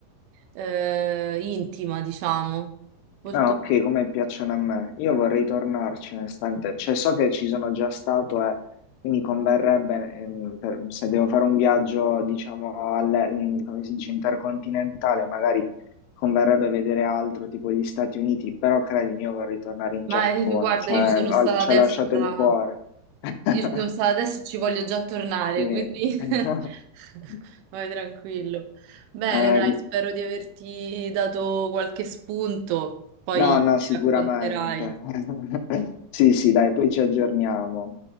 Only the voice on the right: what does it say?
mh, eh, intima, diciamo. Molto...
Ma
eh, guarda,
io ci sono
stata
adesso
già,
io ci sono stata adesso e ci voglio già tornare,
quindi <laughs>
vai tranquillo. Bene,
dai, spero di averti dato qualche spunto, poi
mi
racconterai.